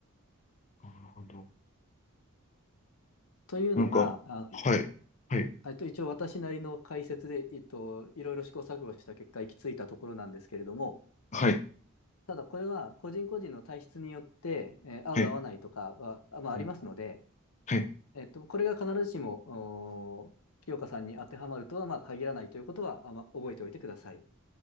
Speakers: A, on the left (about 35°); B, on the left (about 75°).
A: ー、なるほど。
B: というのが、
A: なんか、
B: あの、
A: はい、はい、
B: えっと、一応私なりの解説で、えっと、いろいろ試行錯誤した結果行き着いたところなんですけれども、
A: はい。
B: ただこれは個人個人の体質によって、えー合う合わないとかは、
A: はい。
B: あまあ、
A: うん
B: ありますので、
A: はい。
B: えっと、これが必ずしも、おー清香さんに当てはまるとは、まあ、限らないということは、あまあ、覚えておいてください。